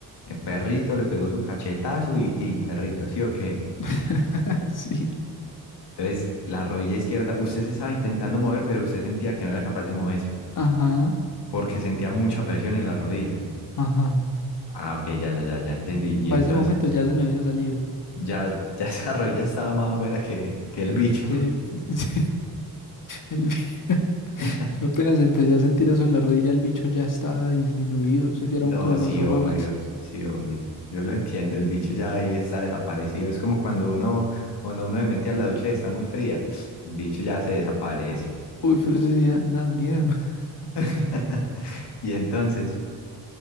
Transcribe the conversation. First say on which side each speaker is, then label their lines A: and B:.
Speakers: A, on the left; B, on the left.
A: el perrito le pegó su cachetazo y tin, perrito, ¿sí o qué?
B: <laughs> Sí,
A: Entonces, la rodilla izquierda, usted se estaba intentando mover, pero usted sentía que no era capaz de moverse,
B: ajá,
A: porque sentía mucha presión en la rodilla.
B: ajá.
A: Ah, ok, ya, ya, ya, ya entendí. Y
B: Para
A: entonces,
B: ese momento ya se me había salido.
A: ya, <laughs> ya esa rodilla estaba más afuera que, que el bicho.
B: Que- <laughs> sí, el bi- <laughs>
A: <laughs>
B: Yo apenas empecé a sentir eso en la rodilla, el bicho ya estaba disminuido. Eso ya
A: No,
B: era un cromosoma
A: sí, obvio,
B: más.
A: sí, obvio. Yo lo entiendo, el bicho ya ahí está desaparecido. Es como cuando uno, cuando uno se mete a la ducha y está muy fría, el bicho ya se desaparece.
B: Uy, pero eso sí da más miedo. <laughs>
A: <laughs> Y entonces,